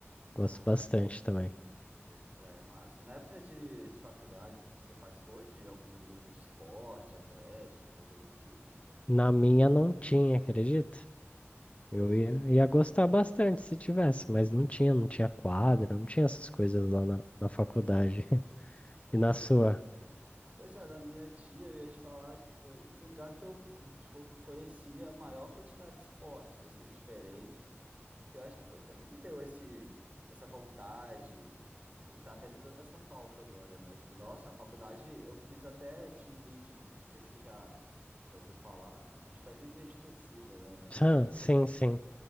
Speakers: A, on the left; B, on the right.
A: gosto
B: Ah, vou
A: bastante também.
B: vôlei de praia é massa. Na época de, de faculdade, assim, você participou de algum grupo de esporte, atlético, alguma coisa do tipo?
A: Na minha não tinha, acredita?
B: Pô,
A: Eu ia, ia gostar bastante se tivesse, mas não tinha, não tinha quadra, não tinha essas coisas lá na, na faculdade. <laughs>
B: nossa,
A: E na
B: que...
A: sua?
B: Pois é, da minha tia, eu ia te falar que foi lugar que eu, co- tipo, conhecia a maior quantidade de esportes, assim, diferentes, que eu acho que foi quando me deu esse, essa vontade Que tá até me dando essa falta agora, né? Tipo, nossa, na faculdade eu fiz até team leading. Não sei se você já já ouviu falar. Que, tipo, é líder de torcida, né? Mas faz
A: Ah,
B: aqui,
A: sim, sim.